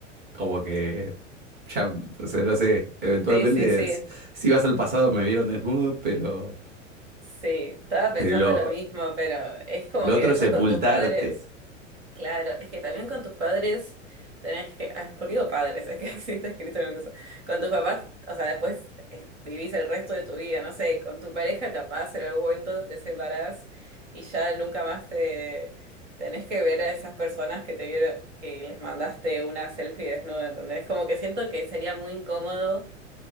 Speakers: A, on the right; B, on the right.
A: Como que ya, o sea, no sé, eventualmente
B: Sí, sí, sí.
A: s- si vas al pasado me vieron desnudo, pero,
B: Sí, estaba pensando
A: pero lo,
B: lo mismo, pero es como
A: lo otro
B: que después
A: es sepultarte.
B: con tus padres. Claro, es que también con tus padres tenés que. ah, ¿Por qué digo padres? Es que <laughs> así está escrito en el coso. Con tus papás, o sea, después eh, vivís el resto de tu vida, no sé, con tu pareja capaz en algún momento te separás y ya nunca más te tenés que ver a esas personas que te vieron, que les mandaste una selfie desnuda, ¿entendés? Como que siento que sería muy incómodo